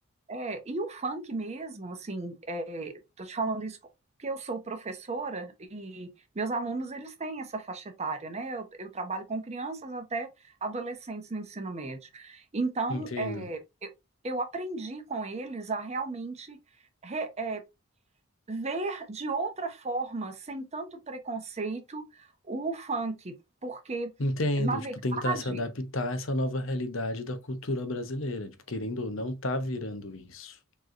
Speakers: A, on the right (about 30°); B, on the left (about 65°).
A: É, e o funk mesmo, assim, é, tô te falando isso porque eu sou professora e meus alunos, eles têm essa faixa etária, né? Eu, eu trabalho com crianças até adolescentes no ensino médio. Então,
B: Entendo.
A: é, eu, eu aprendi com eles a realmente re- é, ver de outra forma, sem tanto preconceito, o funk, porque,
B: Entendo,
A: na verdade,
B: tipo, tentar se adaptar a essa nova realidade da cultura brasileira, tipo, querendo ou não, tá virando isso.